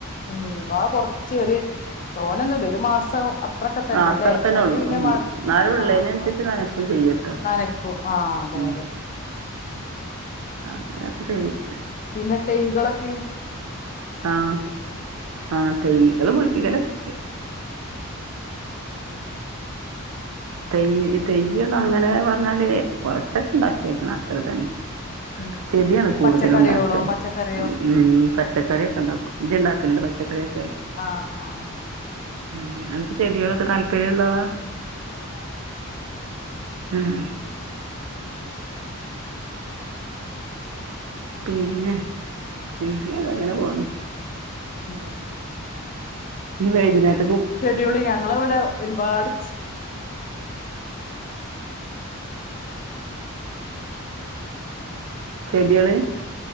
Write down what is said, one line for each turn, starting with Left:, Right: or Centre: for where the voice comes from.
Left: ഉം ആ കുറച്ച് ഒരു തോന്ന ഒന്നും ഇല്ല ഒരു മാസം അത്രൊക്കെ തന്നെല്ലേ
Right: ആ അത്ര തന്നെ
Left: അതിന്
Right: ഉള്ളൂ
Left: പിന്നെ
Right: ഉം
Left: മഴ
Right: എന്നാലും ഉള്ളതിനനുസരിച്ച്
Left: ആഹ് ആഹ്
Right: നനക്കും ചെയ്യട്ടോ
Left: നനക്കും ആഹ് അതെ
Right: ഉം
Left: അതെ
Right: ആ അങ്ങനെയൊക്കെ ചെയ്യും
Left: പിന്നെ തെയ്കളൊക്കെ
Right: ആഹ് ആ തെയ്കൾ പുടിപ്പിക്കലൊക്കെണ്ട് തെയ് തെയ്യ് ന്ന് അങ്ങനെ പറഞ്ഞാല് കൊറച്ചൊക്കെ ഉണ്ടാക്കിക്കണ് അത്ര തന്നെ
Left: ഉം
Right: ചെടിയാണ് കൂടുതല
Left: പച്ചക്കറിയോളോ
Right: ഉണ്ടാക്കുക
Left: പച്ചക്കറിയോ
Right: ഉം പച്ചക്കറിയൊക്കെ ഉണ്ടാക്കും ഇജ്ജ് ഉണ്ടാക്കലുണ്ടോ പച്ചക്ക <unintelligible>
Left: ആഹ് ആഹ്
Right: ഉം അനക്ക് ചെടികളൊക്കെ താല്പര്യം ഉള്ള ആളാ
Left: ആഹ്
Right: ഉം പിന്നെ പി പിന്നെത അങ്ങനെ പോണ്
Left: ഉം
Right: ഇന്ന് വെയ്കുന്നേര
Left: ഡ്യൂള് ഞങ്ങള ഇവിടെ ഒരുപാട് ച്ച്
Right: ചെടികള്